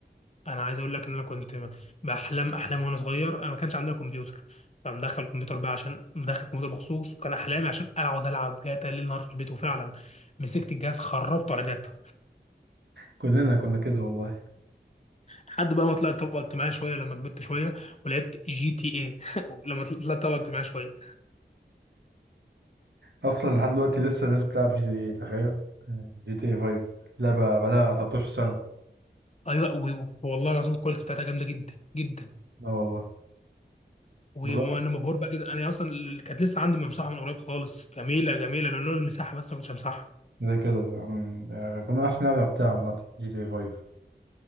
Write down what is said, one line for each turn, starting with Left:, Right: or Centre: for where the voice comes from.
Left: انا عايز اقول لك ان انا كنت باحلام احلام وانا صغير انا ما كانش عندنا كمبيوتر فمدخل كمبيوتر بقى عشان مدخل كمبيوتر مخصوص وكان احلامي عشان اقعد العب جاتا ليل نهار في البيت وفعلا مسكت الجهاز خربته على جاتا
Right: كلنا كنا كده والله
Left: لحد بقى ما طلعت طبقه اجتماعيه شويه لما كبرت شويه ولعبت جي تي ايه <laughs> لما طلعت طبقه اجتماعيه شويه
Right: اصلا لحد دلوقتي لسه الناس بتلعب جي تي اي تخيل آه، جي تي اي 5 لعبه بقالها 13 سنه
Left: ايوه و- والله العظيم الكواليتي بتاعتها جامده جدا جدا
Right: لا والله
Left: و-
Right: بقولك
Left: وانا مبهور بقى جدا انا اصلا اللي كانت لسه عندي ممسوحه من قريب خالص جميله جميله لولا المساحه بس ما كنتش همسحها
Right: ده كده أم، يعني كنا احسن لعبه لعبتها عامه جي تي اي 5